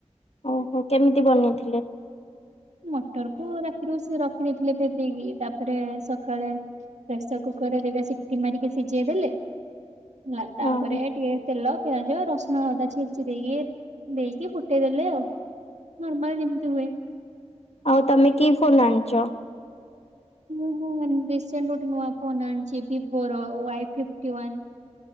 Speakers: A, on the left; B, on the right.
A: ଓହୋ କେମିତି ବନେଇଥିଲେ?
B: ମଟର କୁ ରାତିରୁ ସେ ରଖିଦେଇଥିଲେ ଭେଦେଇ କି, ତାପରେ ସକାଳେ ପ୍ରେସର କୁକରରେ ଦିଟା ସିଟି ମାରିକି ସିଝେଇ ଦେଲେ, ହେଲା। ତାପରେ
A: ଓହୋ
B: ଟିକେ ତେଲ ପିଆଜ, ରସୁଣ, ଅଦା ଛେଚି ଦେଇକି ଦେଇକି ଫୁଟେଇଦେଲେ ଆଉ। ନର୍ମାଲ ଯେମିତି ହୁଏ।
A: ଆଉ ତମେ କି ଫୋନ ଆଣିଛ?
B: ହୁଁ ହୁଁ ରିସେଣ୍ଟ ଗୋଟେ ନୂଆ ଫୋନ ଆଣିଛି ଭିବୋ ର ୱାଇ ଫିଫ୍ଟୀ ୱାନ୍।